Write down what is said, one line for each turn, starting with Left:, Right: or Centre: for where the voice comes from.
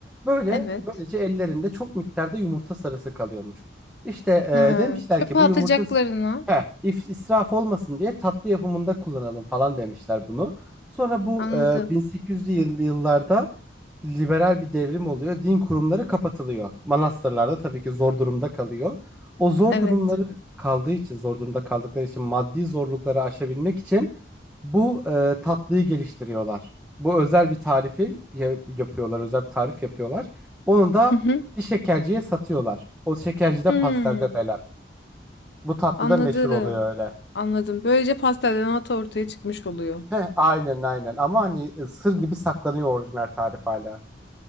Centre: Böyle
Left: Evet.
Centre: böylece ellerinde çok miktarda yumurta sarısı kalıyormuş. İşte
Left: Ha,
Centre: e, demişler
Left: çöpe
Centre: ki bu
Left: atacaklarına.
Centre: yumurta he, if- israf olmasın diye tatlı yapımında kullanalım falan demişler bunu. Sonra bu
Left: Anladım.
Centre: e, 1800'lü yıl- yıllarda liberal bir devrim oluyor. Din kurumları kapatılıyor. Manastırlarda tabii ki zor durumda kalıyor. O zor
Left: Evet.
Centre: durumları kaldığı için zor durumda kaldıkları için maddi zorlukları aşabilmek için bu e, tatlıyı geliştiriyorlar. Bu özel bir tarifi ya- yapıyorlar, özel bir tarif yapıyorlar. Onu da
Left: Hı hı.
Centre: bir şekerciye satıyorlar. O şekerci de
Left: Hmm,
Centre: pastelde bela. Bu tatlı
Left: Anladım.
Centre: da meşhur oluyor öyle.
Left: Anladım. Böylece pastelden ata ortaya çıkmış oluyor.
Centre: Heh, aynen aynen ama hani e, sır gibi saklanıyor orijinal tarif hala.